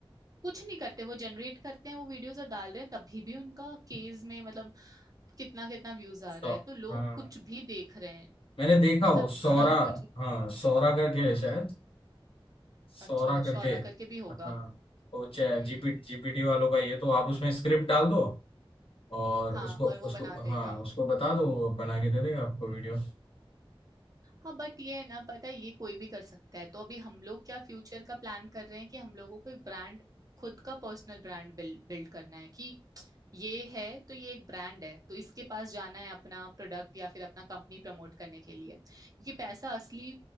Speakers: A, on the right (about 40°); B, on the left (about 75°).
A: कुछ नहीं करते वो जनरेट करते हैं वो वीडियोस और डाल रहे हैं तभी भी उनका केस में मतलब कितना कितना व्यूज आ
B: सौ
A: रहा है तो लोग
B: हाँ
A: कुछ भी देख रहे हैं
B: मैंने देखा
A: मतलब
B: वो सौरा
A: <laughs> हर कुछ
B: हाँ सौरा करके है शायद सौरा
A: अच्छा
B: करके
A: शौरा करके भी होगा
B: हाँ वो चैट
A: हम्म
B: जीपी जीपीटी वालों का ये तो आप उसमें स्क्रिप्ट डाल दो और
A: हाँ
B: उसको
A: और
B: उसको
A: वो बना देगा
B: हाँ उसको बता दो वो बना के दे देगा आपको वीडियो
A: हाँ बट ये है ना पता है ये कोई भी कर सकता है तो अभी हम लोग क्या फ्यूचर का प्लान कर रहे हैं कि हम लोगों को एक ब्रांड खुद का पर्सनल ब्रांड बिल्ड बिल्ड करना है कि ये है तो ये एक ब्रांड है तो इसके पास जाना है अपना प्रोडक्ट या फिर अपना कंपनी प्रमोट करने के लिए क्योंकि पैसा असली